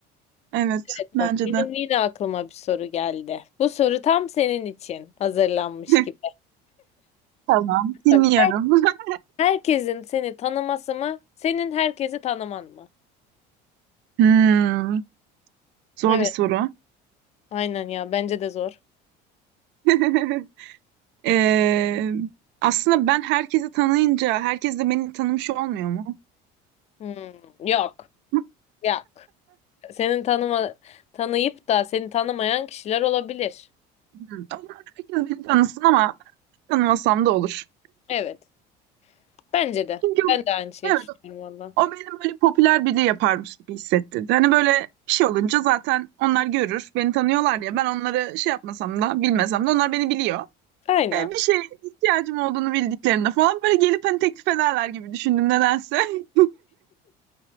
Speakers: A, on the right; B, on the left.
A: Evet
B: Evet,
A: bence
B: Bak benim
A: de.
B: yine aklıma bir soru geldi. Bu soru tam senin için hazırlanmış
A: <laughs>
B: gibi.
A: Tamam dinliyorum.
B: Bak
A: <laughs>
B: Herkesin seni tanıması mı? Senin herkesi tanıman mı?
A: Hmm, zor
B: Evet.
A: bir soru.
B: Aynen ya. Bence de zor.
A: <laughs> Ee, aslında ben herkesi tanıyınca herkes de beni tanımış olmuyor mu?
B: Hmm, yok.
A: Hmm,
B: Yok. Senin tanıma, tanıyıp da seni tanımayan kişiler olabilir.
A: O zaman herkes beni tanısın ama Tanımasam da olur.
B: Evet. Bence de.
A: Çünkü
B: Ben de aynı şeyi
A: evet
B: düşünüyorum valla.
A: o benim böyle popüler biri yaparmış gibi hissettirdi. Hani böyle bir şey olunca zaten onlar görür. Beni tanıyorlar ya ben onları şey yapmasam da bilmesem de onlar beni biliyor.
B: Aynen.
A: E, bir şeye ihtiyacım olduğunu bildiklerinde falan böyle gelip hani teklif ederler gibi düşündüm nedense. <laughs>